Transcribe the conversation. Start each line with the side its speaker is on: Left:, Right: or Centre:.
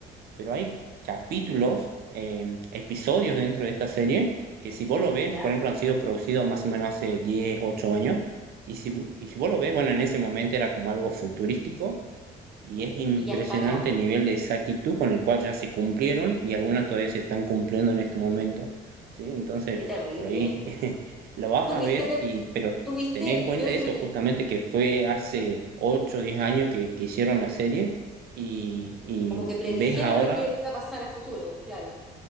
Right: pero hay capítulos, eh, episodios dentro de esta serie que si vos lo ves,
Centre: ya,
Right: por ejemplo, han sido producidos más o menos hace 10 8 años, y si, y si vos lo ves, bueno, en ese momento era como algo futurístico y es impresionante
Centre: y ya está acá.
Right: el nivel de exactitud con el cual ya se cumplieron y algunas todavía se están cumpliendo en este momento, ¿sí? Entonces,
Centre: Qué terrible.
Right: por ahí <laughs> lo vas
Centre: Tuviste,
Right: a ver,
Centre: de,
Right: y, pero
Centre: tuviste,
Right: tener en cuenta
Centre: yo disfruté,
Right: eso, justamente que fue hace ocho o 10 años que, que hicieron la serie y, y
Centre: como que predijeron
Right: ves ahora
Centre: lo que iba a pasar a futuro, claro.